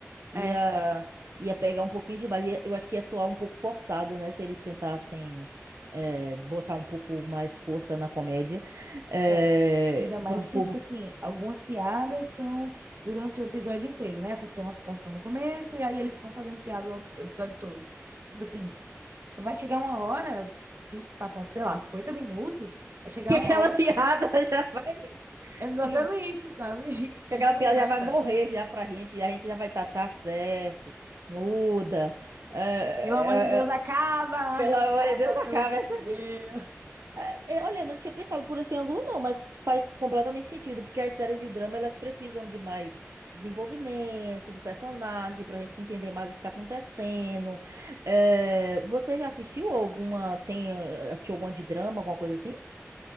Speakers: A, on the right; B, on the right.
A: ia,
B: É,
A: ia pegar um pouquinho demais. Ia- Eu acho que ia soar um pouco forçado, né? Se eles tentassem eh, botar um pouco mais força na comédia. Eh,
B: é. Ainda mais
A: por-
B: que,
A: por-
B: tipo assim, algumas piadas são durante o episódio inteiro, né? Aconteceu uma situação no começo e aí eles vão fazendo piada o episódio todo. Tipo assim, vai chegar uma hora, se passar, sei lá, 50 minutos, vai chegar
A: que
B: uma
A: aquela
B: hora
A: <laughs> piada
B: que não dá.
A: já vai,
B: Exatamente,
A: não-
B: sabe? <laughs>
A: que
B: Que
A: aquela
B: não
A: piada
B: vai
A: já vai
B: dar.
A: morrer já pra gente, e a gente já vai estar, tá, tá certo, muda. Eh, eh,
B: Pelo amor de Deus,
A: eh,
B: acaba!
A: pelo
B: <laughs>
A: amor de Deus, acaba
B: Pelo amor
A: essa.
B: de Deus.
A: É, é, olha, eu não tinha pensado por esse ângulo, não, mas faz completamente sentido, porque as séries de drama elas precisam de mais desenvolvimento do personagem, pra gente entender mais o que tá acontecendo. É, você já assistiu alguma, tem, eh, assistiu alguma de drama, alguma coisa assim?